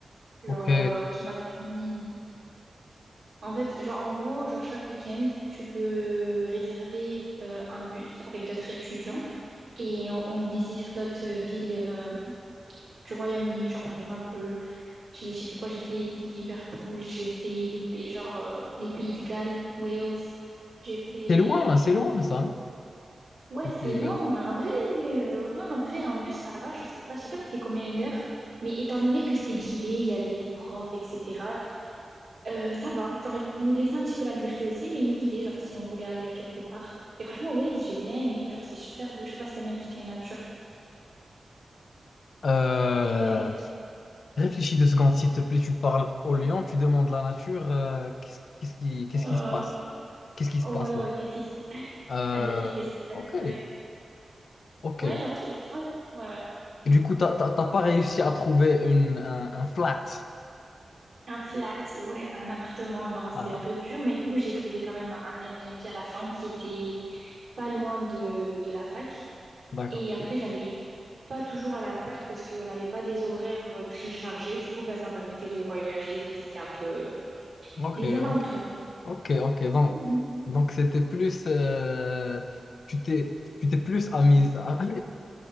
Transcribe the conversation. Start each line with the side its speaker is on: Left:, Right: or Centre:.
Right: genre,
Left: Ok.
Right: euh, qui m'a permis. En fait, genre, en gros, genre, chaque week-end, tu peux réserver euh, un bus avec d'autres étudiants et on, on visite d'autres villes euh, du Royaume-Uni. Genre, par exemple, j'ai j'ai fait quoi? J'ai fait Liverpool, j'ai fait les, pays- genre, euh, les pays de Galles, Wales. J'ai fait...
Left: C'est loin, c'est loin ça, non?
Right: Ouais,
Left: Les
Right: c'est
Left: Pays
Right: loin,
Left: de Galles.
Right: mais en vrai, euh, ouais, en vrai, un bus, ça va, genre, ça passe. Je sais pas c'était combien d'heures, mais étant donné que c'était guidé, il y avait des profs, etc., euh, ça va. Genre, ils nous laissaient un petit peu la liberté aussi, mais ils nous guidaient, genre, si on voulait aller à quelque part. Et franchement, Wales, j'ai bien aimé. Genre, c'est super beau. Je sais pas si t'aimes bien tout ce qui est nature.
Left: Euh,
Right: T'aimes?
Left: Réfléchis deux secondes, s'il te plaît. Tu parles au lion, tu demandes la nature. euh, qu'est-ce, qu'est-ce qui, qu'est-ce
Right: Euh,
Left: qui se passe? Qu'est-ce qui se
Right: ouais,
Left: passe là?
Right: ouais, qu'est-ce qui se...
Left: Euh,
Right: En effet, qu'est-ce qui se passe?
Left: ok,
Right: Ouais.
Left: ok.
Right: Ouais,
Left: Et
Right: genre, tout- tu vois, ouais, ouais.
Left: du coup, t'as t'as- t'as pas réussi à trouver une, un, un flat.
Right: Un flat, ouais, un appartement, non, c'était
Left: Ah,
Right: un peu dur, mais du coup, j'ai trouvé quand même un un Airbnb à la fin qui était pas loin de, de la fac.
Left: d'accord.
Right: Et après, j'allais pas toujours à la fac parce qu'on n'avait pas des horaires euh, très chargés. Du coup, bah, ça me permettait de voyager, de visiter un peu
Left: Ok,
Right: les alentours.
Left: ok.
Right: quoi.
Left: Ok, ok. Donc,
Right: <laughs>
Left: donc c'était plus. euh, tu t'es, tu t'es plus amise. à-